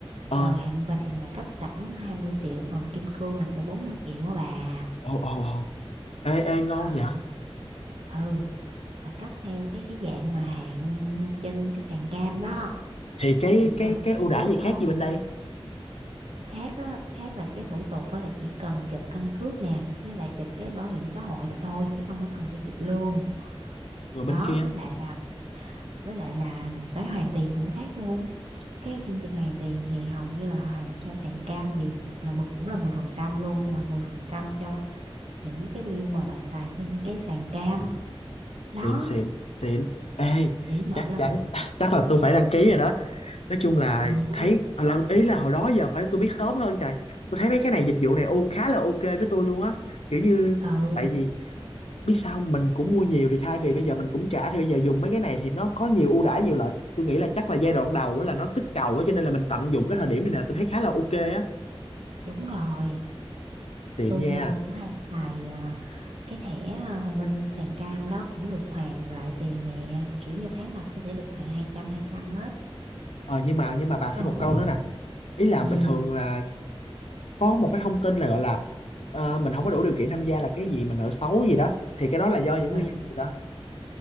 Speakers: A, on the left; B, on the right.
A: ờ
B: Rồi hạng vàng là cấp sẵn 20 triệu. Còn kim cương là sẽ 40 triệu á bà.
A: ồ ồ ồ ê ê ngon
B: Ờ,
A: vậy
B: ừ là cấp theo cái cái dạng mà hạng trên cái sàn cam đó
A: thì cái
B: là chỉ
A: cái
B: cần
A: cái ưu đãi
B: cước
A: gì khác
B: thôi
A: gì bên đây
B: khác á, khác là cái thủ tục đó là chỉ cần chụp căn cước nè với lại chụp cái bảo hiểm xã hội thôi chứ không có cần phải chụp lương
A: rồi bên
B: đó
A: kia
B: với lại là với lại là cái hoàn tiền cũng khác luôn cái chương trình hoàn tiền thì hầu như là hoàn cho sàn cam nhiều là mười cũng là 10% luôn nhưng mà 10% cho những cái bill mà bà xài trên cái sàn cam đó
A: xịn xịn xịn ê
B: dữ dội
A: chắc
B: không
A: chắn <laughs> chắc là tôi phải đăng ký rồi đó nói chung là
B: ừ,
A: thấy à, lần ý là hồi đó giờ phải tôi biết sớm hơn trời tôi thấy mấy cái này dịch vụ này ô khá là ok với tôi luôn á kiểu như
B: ừ
A: tại vì biết sao không? mình cũng mua nhiều thì thay
B: hay
A: vì
B: không
A: bây giờ mình cũng trả thì bây giờ dùng mấy cái này thì nó có nhiều ưu đãi nhiều lợi tôi nghĩ là chắc là giai đoạn đầu á là nó kích cầu á cho nên là mình tận dụng cái thời điểm này nè tôi thấy khá là ok á
B: đúng rồi
A: xịn
B: tôi
A: nha
B: ờ, cũng hay xài ờ, cái thẻ ờ, bên sàn cam đó cũng được hoàn lại tiền nè kiểu như tháng nào cũng sẽ được hoàn hai trăm hai trăm hết
A: ờ nhưng mà nhưng mà bà thêm
B: đúng
A: một
B: không
A: câu nữa nè ý là
B: ừ.
A: bình thường là có một cái thông tin là gọi là ờ, mình không có đủ điều kiện tham gia là cái gì mà nợ xấu gì đó thì cái đó là do những
B: ừ.
A: nguyên nhân gì đó